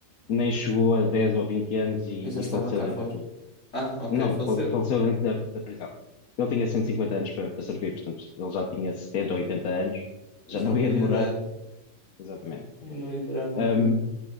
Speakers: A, on the left; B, on the left.
A: nem chegou a 10 ou 20 anos e,
B: Eu já estava
A: e faleceu
B: cá
A: dentro
B: fora.
A: do-
B: Ah, ok,
A: Não,
B: faleceu.
A: fal- faleceu dentro da, da prisão. Ele tinha 150 anos para, para servir, portanto, ele já tinha 70 ou 80 anos,
B: Já
A: já não
B: não
A: ia
B: ia
A: demorar,
B: dar.
A: exatamente.
B: Não ia durar muito,
A: Ahm,
B: não.